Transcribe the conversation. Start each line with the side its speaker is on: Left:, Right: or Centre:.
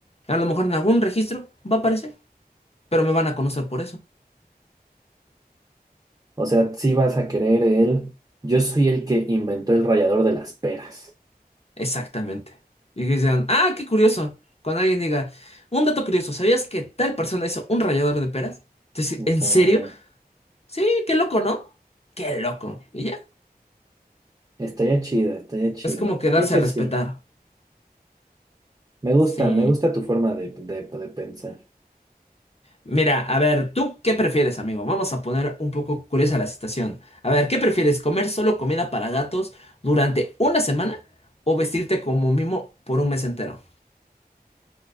Left: A lo mejor en algún registro va a aparecer, pero me van a conocer por eso.
Right: O sea, sí vas a querer el, yo soy el que inventó el rallador de las peras.
Left: Exactamente. Y que digan, ah, qué curioso. Cuando alguien diga, un dato curioso, ¿sabías que tal persona hizo un rallador de peras? Decir,
Right: Ajá.
Left: ¿en serio? Sí, qué loco, ¿no? Qué loco. Y ya.
Right: Estaría chido, estaría chido.
Left: Es como que darse
Right: Creo que
Left: a respetar.
Right: sí. Me gusta,
Left: Sí.
Right: me gusta tu forma de, de, de pensar.
Left: Mira, a ver, ¿tú qué prefieres, amigo? Vamos a poner un poco curiosa la situación. A ver, ¿qué prefieres? ¿Comer solo comida para gatos durante una semana o vestirte como mimo por un mes entero?